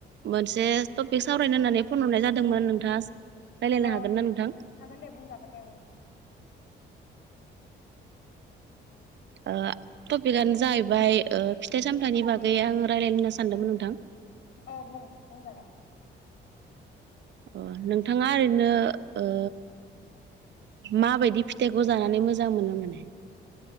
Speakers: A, on the right (about 65°); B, on the left (about 60°).
A: मोनसे टपिक सावरायनो होननानै फन हरनाय जादोंमोन नोंथाङा राय्लायनो
B: औ
A: हागोन ना नोंथां?
B: हागोन दे बुंजागोन दे ओं औ।
A: ओ टपिकआनो जाहैबाय ओ फिथाइ सामथाइनि बागै आं रायज्लानो होननानै सानदोंमोन नोंथां।
B: औ बुं बुंजागोन।
A: अ नोंथाङा ओरैनो ओ माबायदि फिथाइखौ जानानै मोजां मोनो माने?